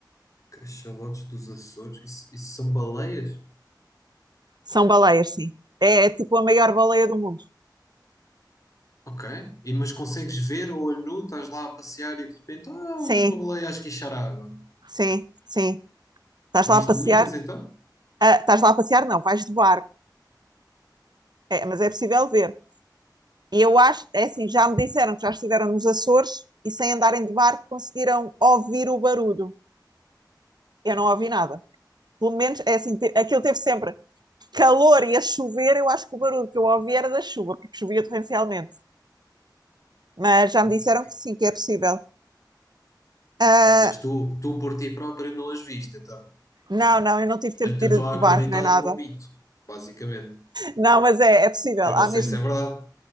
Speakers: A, on the left; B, on the right.
A: Cachalotes dos Açores. Isso, isso são baleias?
B: São baleias, sim. É, é tipo a maior baleia do mundo.
A: Ok. E, mas consegues ver a olho nu, estás lá a passear e de repente, ah,
B: Sim,
A: olha uma baleia a esguichar água.
B: sim, sim. Estás
A: Viste
B: lá a passear?
A: muitas então?
B: Ah, estás lá a passear? Não, vais de barco É, mas é possível ver. E eu acho, é assim, já me disseram que já estiveram nos Açores e sem andarem de barco conseguiram ouvir o barulho. Eu não ouvi nada. Pelo menos, é assim, te- aquilo teve sempre calor e a chover, eu acho que o barulho que eu ouvi era da chuva, porque chovia torrencialmente. Mas já me
A: Não.
B: disseram que sim, que é possível. Ah,
A: Ok, mas tu, tu por ti próprio não as viste, então.
B: não, não, eu não tive
A: Portanto,
B: tempo de
A: eu
B: ir
A: estou a
B: de barco,
A: acreditar
B: não é nada.
A: num mito, basicamente.
B: Não, mas é, é possível.
A: Que eu não
B: Há
A: sei
B: mesmo,
A: se é verdade.